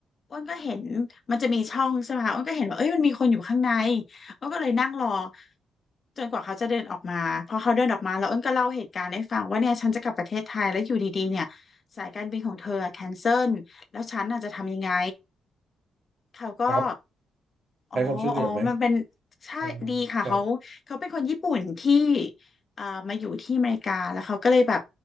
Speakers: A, on the left; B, on the right.
A: อ้นก็เห็นมันจะมีช่องใช่ไหมคะอ้นก็เห็นว่าเอ้ยมันมีคนอยู่ข้างใน อ้นก็เลยนั่งรอจนกว่าเขาจะเดินออกมาพอเขาเดินออกมาแล้วอ้นก็เล่าเหตุการณ์ให้ฟังว่าเนี่ยฉันจะกลับประเทศไทยแล้วอยู่ดีๆเนี่ยสายการบินของเธอแคนเซิลแล้วฉันน่ะจะทำยังไงเขาก็
B: ครับ
A: อ๋ออ๋อมันเป็น
B: ให้ความช่วยเหลือไหม
A: ใช่ดีค่ะเขาเขาเป็นคนญี่ปุ่นที่
B: อ๋อครับ
A: อ่ามาอยู่ที่อเมริกาแล้วเขาก็เลยแบบ